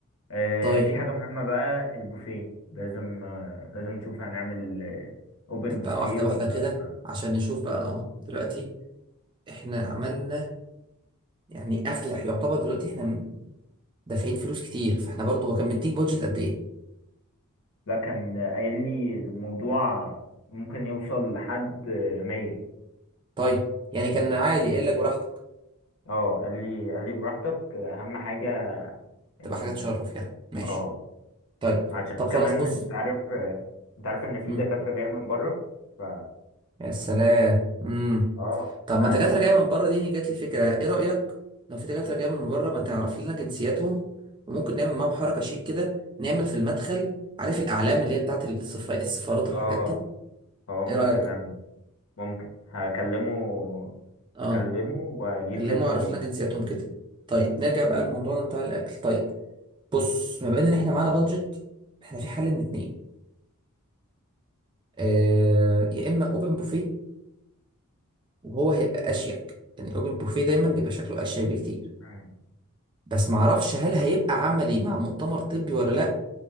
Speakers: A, on the left; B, on the right.
A: آه،
B: طيب
A: في حاجة مهمة بقى البوفيه لازم آه، لازم نشوف هنعمل اوبن
B: طب
A: بوفيه
B: بقى واحده
A: ولا
B: واحده كده عشان نشوف بقى اه دلوقتي احنا عملنا يعني اغلى يعتبر دلوقتي احنا دافعين فلوس كتير فاحنا برضه هو كان مديك بادجت قد ايه
A: لا كان قايل لي الموضوع ممكن يوصل لحد مية
B: طيب يعني كان عادي قايل لك براحتك
A: اه قال لي قال لي براحتك أهم حاجة
B: تبقى
A: إن
B: حاجه تشرف يعني ماشي
A: اه
B: طيب
A: عشان
B: طب
A: كمان
B: خلاص بص
A: انت عارف آه، انت عارف ان في
B: مم.
A: دكاترة جاية من بره ف
B: يا سلام مم.
A: اه
B: طب
A: ده
B: ما دكاترة جاية من بره دي يعني جات لي فكرة ايه رأيك لو في دكاترة جاية من بره ما تعرف لنا جنسياتهم وممكن نعمل معاهم حركة شيك كده نعمل في المدخل عارف الأعلام اللي هي بتاعت السفا- السفارات والحاجات
A: اه
B: دي
A: اه ممكن
B: ايه رأيك
A: نعمل ممكن هكلمه
B: اه
A: هكلمه واجيب
B: كلموا
A: منه
B: واعرف
A: ال-
B: لنا جنسياتهم
A: الحاجات
B: كده
A: دي.
B: طيب نرجع بقى لموضوعنا بتاع الأكل طيب بص ما ان احنا معانا بادجت احنا في حل من اتنين آه يا اما اوبن بوفيه وهو هيبقى اشيك يعني اوبن بوفيه دايما بيبقى شكله اشيك بكتير
A: مم.
B: بس معرفش هل هيبقى عملي مع مؤتمر طبي ولا لا